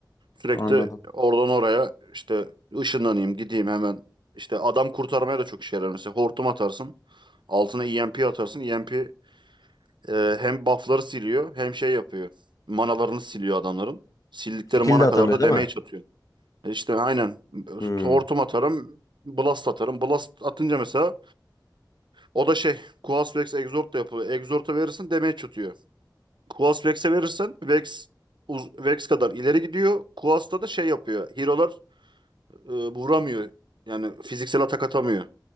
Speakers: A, on the right (about 80°); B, on the left (about 50°).
A: Sürekli
B: Anladım.
A: oradan oraya işte ışınlanayım gideyim hemen. İşte adam kurtarmaya da çok işe yarar. Mesela hortum atarsın. Altına EMP atarsın. EMP Ee, hem buff'ları siliyor hem şey yapıyor. Manalarını siliyor adamların. Sildikleri
B: Skill
A: mana
B: de atamıyor
A: kadar da
B: değil
A: damage
B: mi?
A: atıyor. E İşte aynen.
B: Hmm.
A: Hortum atarım. Blast atarım. Blast atınca mesela o da şey Quas Vex Exort da yapıyor. Exort'a verirsin damage atıyor. Quas Vex'e verirsen Vex uz- Vex kadar ileri gidiyor. Quas'ta da şey yapıyor. Hero'lar e, vuramıyor. Yani fiziksel atak atamıyor.